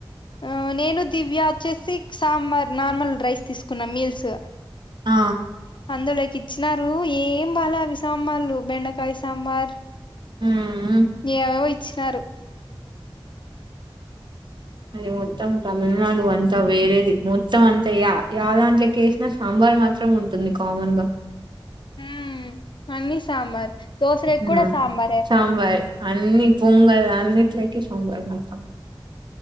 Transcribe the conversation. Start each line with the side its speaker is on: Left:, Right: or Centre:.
Left: ఆ నేను దివ్య వచ్చేసి సాంబార్ నార్మల్ రైస్ తీసుకున్న మీల్స్
Right: ఆ
Left: అందులకి ఇచ్చినారు ఏం బాల అవి సాంబార్లు బెండకాయ్ సాంబార్
Right: ఉమ్
Left: ఏమేమో ఇచ్చినారు
Right: అది మొత్తం తమిళనాడు అంతా వేరేది మొత్తం అంతా యా యా దాంట్లాకి ఏసినా సాంబార్ మాత్రం ఉంటుంది కామన్ గా
Left: మ్ అన్ని సాంబార్ దోశలకు
Right: ఆ!
Left: కూడా సాంబారే అక్కడ
Right: సాంబార్ అన్ని పొంగల్ అన్నిట్లేకి సాంబార్ మొత్తం